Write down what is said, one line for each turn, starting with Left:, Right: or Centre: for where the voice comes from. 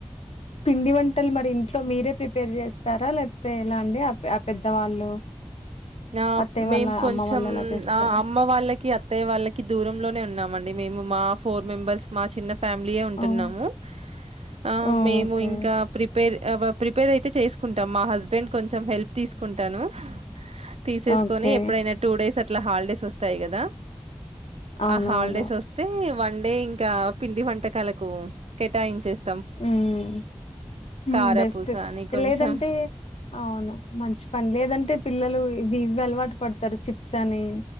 Left: పిండి వంటలు మరి ఇంట్లో మీరే ప్రిపేర్ చేస్తారా లేకపోతే ఏలా అండి ఆ ఆ పెద్దవాళ్ళు
Right: ఆ
Left: అత్తయ్య
Right: మేము
Left: వాళ్ళ,
Right: కొంచెం
Left: అమ్మ వాళ్ళు అలా చేస్తారా?
Right: ఆ అమ్మ వాళ్ళకి అత్తయ్య వాళ్ళకి దూరంలోనే ఉన్నామండి. మేము మా ఫోర్ మెంబర్స్ మా చిన్న ఫ్యామిలీయే ఉంటున్నాము.
Left: ఓహ్!
Right: ఆ
Left: ఓహ్!
Right: మేము
Left: ఓకే.
Right: ఇంకా ప్రిపేర్ ఆ బ ప్రిపేర్ అయితే చేసుకుంటాం మా హస్బెండ్ కొంచెం హెల్ప్ తీసుకుంటాను తీసేస్
Left: ఓకే.
Right: కొని ఎప్పుడైనా టూ డేస్ అ ట్లా హాలిడేస్ వస్తాయి గదా
Left: అవునవును.
Right: ఆ హాలిడేస్ వస్తే వన్డే ఇంకా పిండి వంటకాలకు కేటాయించేస్
Left: హ్మ్
Right: కారపూస
Left: బెస్ట్,
Right: అని కొంచెం
Left: లేదంటే! అవును మంచి పని లేదంటే పిల్లలు ఇవి ఇవలవాటు పడతారు చిప్స్ అని